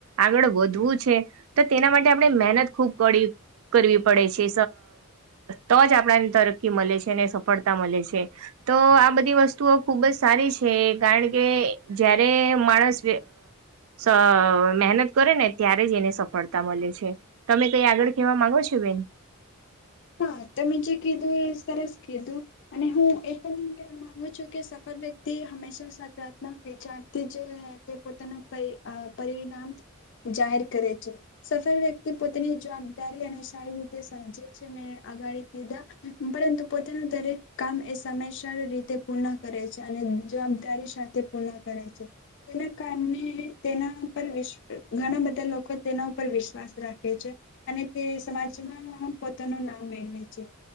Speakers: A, on the right (about 70°); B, on the left (about 55°).
A: આગળ વધવું છે તો તેના માટે આપણે મહેનત ખૂબ પ કરવી પડે છે તો જ આપણાને તરકી મળે છે અનેને સફળતા મળે છે તો આ બધી વસ્તુઓ ખુબ જ સારી છે કારણ કે જયારે માણસ અ મહેનત કરે ને ત્યારે જ એને સફળતા મળે છે તમે કઈ આગળ ખહેવા માંગો છો બેન
B: હા તોમેં જે કીધું એ સરસ કીધું અને હું એ પણ મામાંગુ છું કે સફળ વ્યક્તિ હંમેશા સકારાત્મક વિચારથી જ તે પોતાના પરિણામ જાહેર કરે છે સફળ વ્યક્તિ પોતાની જવાબદારી અને સારી રીતે સમજે પછી મે આગાળી કીધા પરંતુ પોતાનું દરેક કામ એ સમયસર રીતે પૂર્ણ કરે છે અને જવાબદારી સાથે પુર્ણ કરે છે તેના કારણે તેના પર વિશ ઘણા બધા લોકો તેના ઉપર વિશ્વાસ રાખે છે અને તે સમાજમાં પોતાનું નામ મેળવે છે